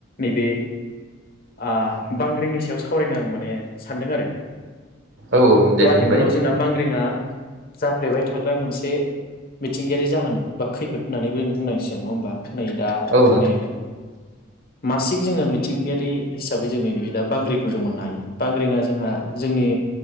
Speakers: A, on the left; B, on the right.
A: नैबे ओ बांग्रिंनि सायाव सावरायनो आं माने सानदों आरो।
B: औ औ
A: त'
B: दे
A: आथिखालाव
B: बुंबाय
A: जोंना बांग्रि जोंहा जाफ्लेबाय थाग्रा मोनसे मिथिंगायारि जाहोन बा खैफोद होननानैबो बुंनांसिगोन नङा होनबा। नै दा
B: औ औ
A: माने मासिक जोङो मिथिंगायारि हिसाबै जों नैबे दा बांग्रिंखौ जों मोननो हायो बांग्रिंआ जोंहा जोंनि